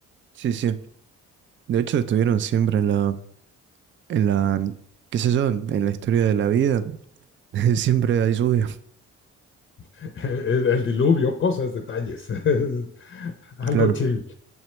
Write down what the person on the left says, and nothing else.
<laughs> el el diluvio, cosas, detalles, <laughs> algo
chill.